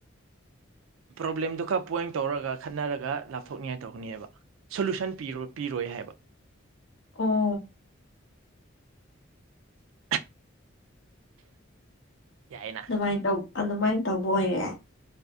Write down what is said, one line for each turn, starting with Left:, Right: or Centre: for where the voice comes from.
Right: ꯄ꯭ꯔꯣꯕ꯭ꯂꯦꯝꯗꯨ ꯈꯔ ꯄꯣꯏꯟ ꯇꯧꯔꯒ ꯈꯠꯅꯔꯒ ꯂꯥꯞꯊꯣꯛꯅꯤꯡꯉꯥꯏ ꯇꯧꯅꯤꯅꯦꯕ ꯁꯣꯂꯨꯁꯟ ꯄ ꯄꯤꯔꯣꯏ ꯍꯥꯏ
Left: ꯑꯣ
Right: ꯍ ꯌꯥꯏꯅ
Left: ꯑꯗꯨꯃꯥꯏꯅ ꯇ ꯑꯗꯨꯃꯥꯏꯅ ꯇꯧꯕ ꯑꯣꯏꯔꯦ